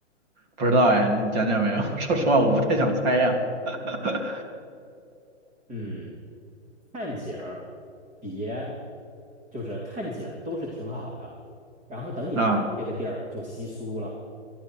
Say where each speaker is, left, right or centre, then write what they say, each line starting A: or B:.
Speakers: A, on the right (about 35°); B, on the right (about 20°).
A: 不知道哎，你讲讲没有？<laughs> 说实话，我不太想猜呀。<laughs>
B: 嗯，看景儿，别，就是看景儿都是挺好的，然后等你到这个地儿就稀疏了。
A: 啊，